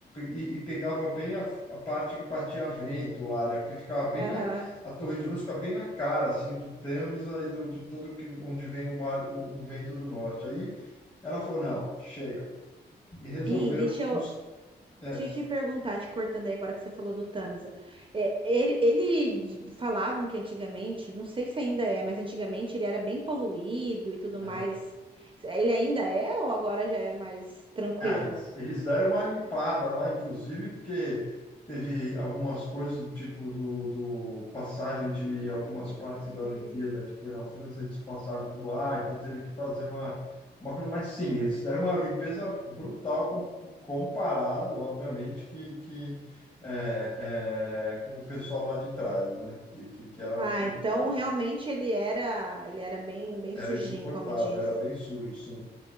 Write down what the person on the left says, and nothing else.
e, e pegava bem a, a parte que batia vento lá, né? Porque ficava bem
na, a Torre de Luz fica bem na cara, assim, do Tâmisa e do, de todo que, onde vem o mar, o o vento do norte. Aí ela falou: não, chega e resolveram
construir.
É,
aham.
Ah, eles, eles deram uma limpada lá, inclusive, porque teve algumas coisas do tipo do, do passagem de algumas partes da Olimpíada que foi na França, eles passaram por lá, então teve que fazer uma, uma coisa. Mas sim, eles deram uma limpeza brutal com, comparado, obviamente, que, que é, é, com o pessoal lá de trás, né? Que, que, que era
complicado,
era
insuportável,
era bem sujo, sim.